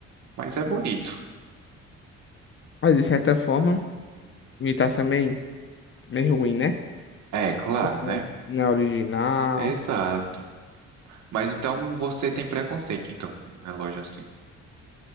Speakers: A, on the right; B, on the left.
A: Mas é bonito.
B: Mas de certa forma, me tá também. Meio ruim, né?
A: É, claro,
B: Porque
A: né?
B: Não é original.
A: Exato. Mas então você tem preconceito, então, com um relógio assim.